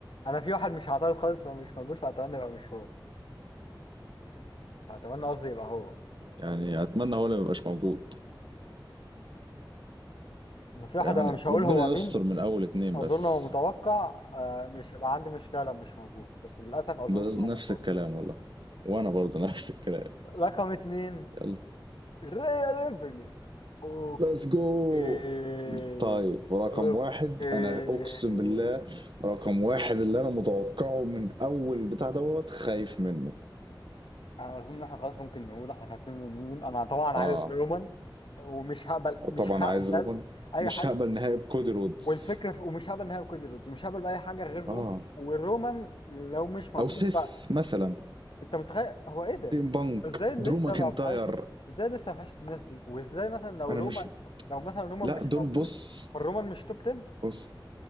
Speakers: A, on the left (about 85°); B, on the right (about 70°).
A: أنا في واحد مش هعترض خالص لو مش موجود فأتمنى يبقى مش هو فأتمنى قصدي يبقى هو
B: يعني اتمنى هو اللي ما يبقاش موجود
A: أنا في واحد
B: يعني
A: أنا مش هقول
B: ربنا
A: هو مين
B: يستر من اول اتنين
A: أظن
B: بس
A: هو متوقع آه مش هيبقى عندي مشكلة لو مش موجود بس للأسف أظن
B: بس
A: هو
B: نفس الكلام
A: موجود
B: والله وانا برضه <laughs> نفس الكلام
A: رقم اتنين
B: يلا
A: ريا ريبلي اوف
B: ليتس جو
A: إيه...
B: طيب رقم
A: أوه.
B: واحد
A: إيه...
B: انا اقسم بالله رقم واحد اللي انا متوقعه من اول بتاع دوت خايف منه
A: أنا أظن إن إحنا خلاص ممكن نقول إحنا خايفين من مين أنا طبعا
B: اه
A: عايز رومان ومش هقبل مش
B: طبعا
A: هقبل
B: عايز روبن
A: أي
B: مش
A: حاجة
B: هقبل نهائي بكودي رودز
A: والفكرة في... ومش هقبل نهائي كودي رودز مش هقبل بأي حاجة غير رومان
B: اه
A: والرومان لو مش موجود
B: او سيس
A: بقى
B: مثلا
A: أنت متخيل هو إيه ده؟
B: سيم بانك
A: إزاي لسه
B: درو ماكنتاير
A: ما بقاش إزاي لسه ما فيهاش الناس دي؟ وإزاي مثلا لو
B: انا
A: رومان
B: مش
A: لو مثلا رومان
B: لا
A: مش
B: دول
A: موجود
B: بص
A: فالرومان مش توب 10
B: بص